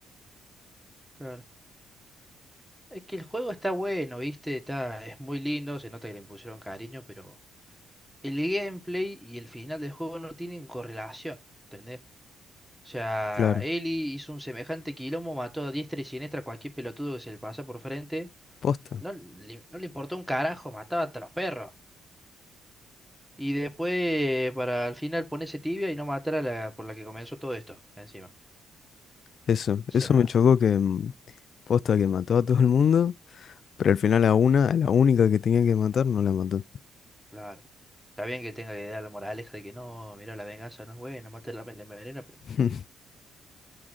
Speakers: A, in the centre; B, on the left.
A: claro. Es que el juego está bueno, ¿viste? Está, es muy lindo, se nota que le impusieron cariño, pero el gameplay y el final del juego no tienen correlación. ¿Entendés? O sea,
B: claro,
A: Eli hizo un semejante quilombo, mató a diestra y siniestra a cualquier pelotudo que se le pasa por frente.
B: posta.
A: No le, no le importó un carajo, mataba hasta los perros. Y después, para al final ponerse tibia y no matar a la por la que comenzó todo esto, encima.
B: Eso,
A: O sea,
B: eso me chocó que mm, posta que mató a todo el mundo Pero al final a una, a la única que tenía que matar, no la mató.
A: claro. Está bien que tenga que dar la moraleja de que no, mira, la venganza no es buena, matar la, la envenena, pero
B: <laughs>